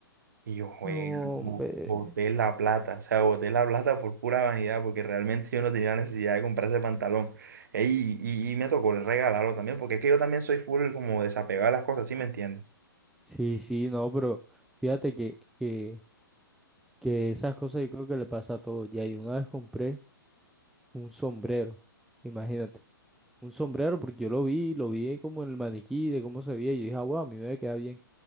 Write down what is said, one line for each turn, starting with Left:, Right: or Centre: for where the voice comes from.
Right: Y yo, juego,
Centre: No, hombre.
Right: boté la plata, o sea, boté la plata por pura vanidad, porque realmente yo no tenía necesidad de comprar ese pantalón. Ey, y, y me tocó regalarlo también, porque es que yo también soy full como desapegado a las cosas, ¿sí me entiendes?
Centre: Sí, sí, no, pero fíjate que, que, que esas cosas yo creo que le pasa a todos. Ya, y una vez compré un sombrero, imagínate, un sombrero porque yo lo vi, lo vi como en el maniquí de cómo se veía, y yo dije, ah, wow, a mí me va a quedar bien.